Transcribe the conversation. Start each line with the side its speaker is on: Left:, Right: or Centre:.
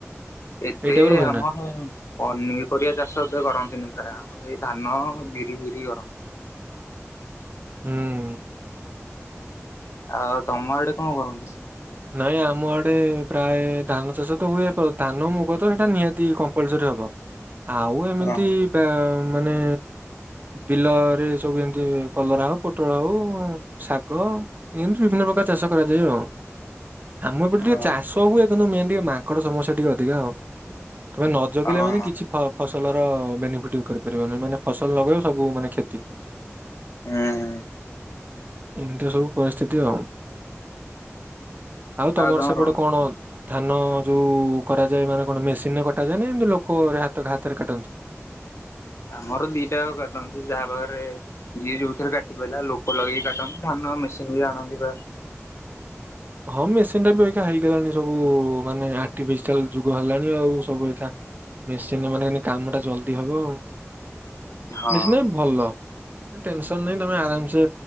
Left: ଏତେ
Right: ଏଇ ଟାଇପ ର ହୁଏ
Left: ଆମର
Right: ନା
Left: ପନିପରିବା ଚାଷ ଏ କରନ୍ତିନି ପ୍ରାୟ। ଆମର ଏଇ ଧାନ ବିରି ଫିରି କରନ୍ତି।
Right: ହୁଁ।
Left: ଆଉ ତମ ଆଡେ କଣ କରନ୍ତି?
Right: ନାଇଁ ଆମ ଆଡେ ପ୍ରାୟ ଧାନ ଚାଷ ତ ହୁଏ ଧାନ ମୁଗ ତ ସେଇଟା ନିହାତି କମ୍ପଲସରି ହବ। ଆଉ ଏମିତି
Left: ହଁ
Right: ମାନେ ବିଲରେ ସବୁ ଏମିତି କଲରା ହଉ ପୋଟଳ ହଉ ଶାଗ ଏମତି ବିଭିନ୍ନ ପ୍ରକାର ଚାଷ କରାଯାଏ ଆଉ। ଆମ ଏପଟେ ଟିକେ
Left: ହଁ
Right: ଚାଷ ହୁଏ। କିନ୍ତୁ ମେନ୍ ଟିକେ ମାଙ୍କଡ ସମସ୍ୟା ଟିକେ ଅଧିକା ଆଉ। ତମେ ନ ଜଗିଲେ
Left: ହଁ ହଁ
Right: ମାନେ କିଛି ଫ ଫସଲ ଆମର ବେନିଫିଟ କରିପାରିବନି ମାନେ ଫସଲ ଲଗେଇବ ସବୁ ମାନେ କ୍ଷତି।
Left: ହୁଁ ହୁଁ।
Right: ଏମିତି ସବୁ ପରିସ୍ଥିତି ଆଉ। ଆଉ ତମର
Left: ତମ
Right: ସେପଟେ
Left: ର
Right: କଣ? ଧାନ ଯୋଉ କରାଯାଏ ମାନେ କଣ ମେସିନରେ କଟା ଯାଏ ନା ଏମିତି ଲୋକ ହାତ ହାତରେ କାଟନ୍ତି।
Left: ଆମର ଦିଟା ଆ କାଟନ୍ତି ଯାହା ପାଖରେ ଯିଏ ଯୋଉଥିରେ କାଟି ପାରା ଲୋକ ଲଗେଇକି କାଟନ୍ତି ଧାନ ମେସିନ ବି ଆଣନ୍ତି ବା
Right: ହଁ ମେସିନ ଟା ବି ଏଇଁଖେ ହେଇଗଲାଣି ସବୁ ମାନେ ଆର୍ଟିଫିସିଆଲ ଯୁଗ ହେଲାଣି ଆଉ ସବୁ ଏଇଖା ମେସିନରେ ମାନେ କାମ ଟା ଜଲଦି ହବ ଆଉ।
Left: ହଁ।
Right: ମେସିନଟାବି ଭଲ। ଟେନସନ ନାଇଁ ତମେ ଆରାମସେ